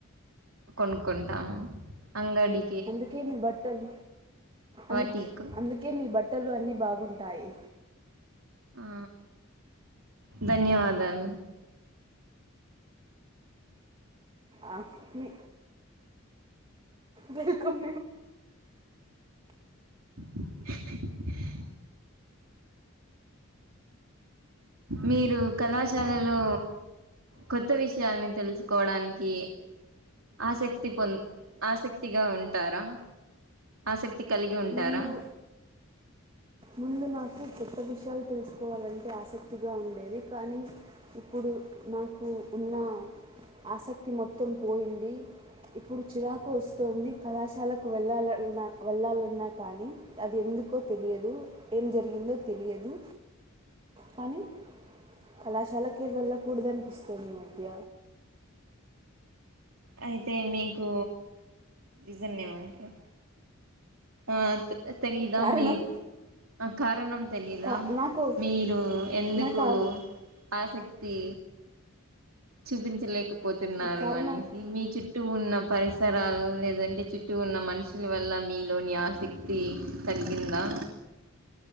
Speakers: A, on the right; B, on the right.
A: కొనుక్కుంటాము అంగడి
B: అందుకే మీ బట్టల్
A: వాటికు
B: అందుకి అందుకే మీ బట్టలు అన్ని బాగుంటాయి
A: ఆ ధన్యవాదాలు
B: ఆ మీ వెల్కమ్
A: <inaudible> మీరు కళాశ శాలలో కొత్త విషయాలని తెలుసుకోవడానికి ఆసక్తి పొంద ఆసక్తిగా ఉంటారా ఆసక్ తి కలిగి ఉంటారా
B: ముందు ముందు నాకు కొత్త విషయాలు తెలుసుకోవాలంటే ఆసక్తిగా ఉండేది కానీ ఇప్పుడు నా కు ఉన్న ఆసక్తి మొత్తం పోయింది ఇప్పుడు చిరాకు వస్తుంది కళాశాలకు వెళ్లాలన్నా వెళ్ళాలన్నా కానీ అది ఎ ఎందుకో తెలియదు ఏం జరిగిందో తెలియదు కానీ కళాశాలకే వెళ్ళకూడదనిపిస్తుంది ఈ మధ్య
A: అయితే మీకు రీజన్ ఏమంటరు ఆ తె తె తెలిదా
B: కారణం
A: మీ ఆ కారణం తెలీదా
B: కా నాకు
A: మీరు ఎందుకు
B: నాకు
A: ఆసక్తి చూపించలేకపోతున్నారు
B: ఆ కారణాన్ని
A: అనేసి మీ చుట్టూ ఉన్న పరిసరాలు లేదంటే చుట్టూ ఉన్న మనుషుల వల్ల మీ లోని ఆసక్తి తగ్గిందా